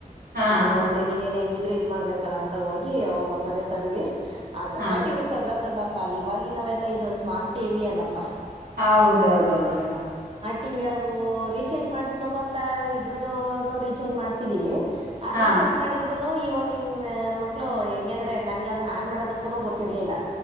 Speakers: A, on the right (about 80°); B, on the right (about 40°).
A: ಹಾ
B: ಆವಾಗ್
A: ಹಾ
B: ಅತ್ಲಗ್ ಇನೇನ್ ಹೆಂಗಿದ್ರು ಇದ್ ಮಾಡ್ಬೇಕಲ್ಲ ಅಂತ ಹೋಗಿ ಅವಾಗ್ ಹೊಸದೇ ತಂದ್ವಿ ಅದ್ ಹೊಸ
A: ಹಾ
B: ಟಿ ವಿ ತಂದ ತಂದಪ್ಪಾ ಅದು ಇವಾಗಿ ನಾವೆಲ್ಲ ಇದು ಸ್ಮಾರ್ಟ್ ಟಿವಿ ಅಲ್ಲಪ್ಪಾ.
A: ಹೌದೌದೌದ ಮೇಡಮ್.
B: ಟಿವಿ ಅವು ರೀಚಾರ್ಜ್ ಮಾಡ್ಸ್ಬೇಕು ಅಂತ ಇದ್ರದುನು ರೀಚಾರ್ಜ್ ಮಾಡ್ಸಿದೀವಿ. ಆ
A: ಹಾ
B: ರೀಚಾರ್ಜ್ ಮಾಡಿದ್ ಇದ್ರುನು ಇವಾಗಿನ್ ಮಕ್ಳು ಹೆಂಗೆ ಅಂದ್ರೆ ನಮಿಗ್ ಅದು ನಾನ್ ಮಾಡೋದಕ್ಕೂ ಗೊತ್ತಿರ್ಲಿಲ್ಲ.